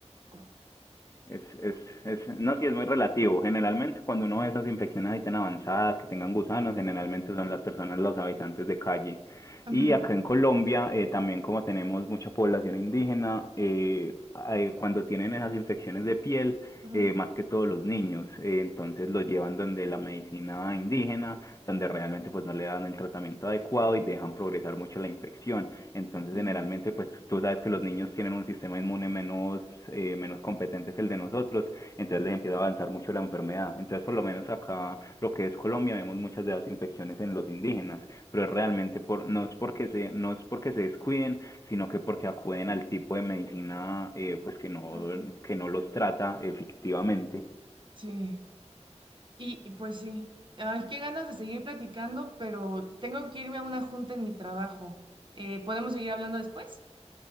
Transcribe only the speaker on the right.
como-
Ujú,
ujú.
Y-
mm,
Sí, y, y pues sí. Ay, qué ganas de seguir platicando, pero tengo que irme a una junta en mi trabajo. Eh, ¿podemos seguir hablando después?